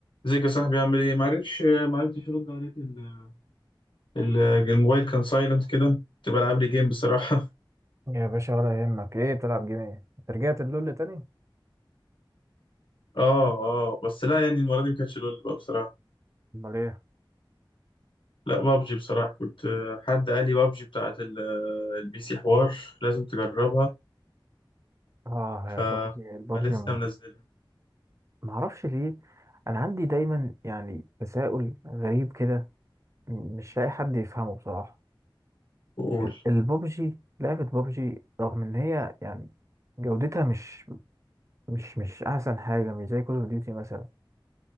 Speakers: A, on the left; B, on the right.
A: ازيك يا صاحبي عامل ايه معرفش معرفتش ارد عليك ال- ال- الموبايل كان سايلنت كده كنت بلعب لي جيم بصراحه <laughs>
B: يا باشا ولا يهمك ايه بتلعب جيم ايه انت رجعت اللول تاني
A: اه اه بس لا يعني المره دي ما كانتش لول بقى بصراحه
B: امال ايه
A: لا بابجي بصراحه كنت آه، حد قال لي بابجي بتاعت ال- آه، البي سي حوار لازم تجربها
B: اه
A: ف
B: يا البابجي البابجي
A: فلسه منزلها
B: ما اعرفش ليه انا عندي دايما يعني تساؤل غريب كده م- مش لاقي حد يفهمه بصراحه
A: قول
B: ال- البابجي لعبه بابجي رغم ان هي يعني جودتها مش مش مش احسن حاجه مش زي كول اوف ديوتي مثلا